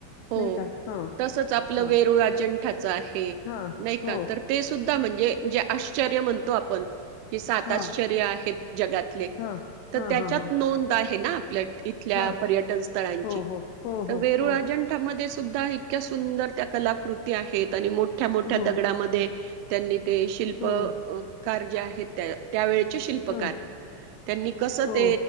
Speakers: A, on the right; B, on the left.
A: हो.
B: नाही का? हां
A: तसंच आपलं
B: हां
A: वेरुळ अजंठात चा आहे
B: हा
A: नाही
B: हो
A: का? ते सुद्धा म्हणजे जे आश्चर्य म्हणतो आपण हे सात
B: हा
A: आश्चर्य आहेत जगातले
B: हा
A: त
B: हा
A: त्याच्यात
B: हा हा
A: नोंद आहे. हे ना आपल्या इथल्या
B: हा
A: पर्यटन स्थळांची
B: हो हो हो
A: त
B: हो
A: वेरुळ
B: हो
A: अजंठामध्ये स सुद्धा इतक्या सुंदर त्या कलाकृती आहेत आणि मोठ ठ्या मोठ्या
B: हो
A: दगडामध ते त्यांनी ते शिल्प
B: हो
A: अ कार जे आहेत त्या त्यावेळेत चे शिल्पकार
B: ह
A: त्यांनी कसं
B: हो
A: ते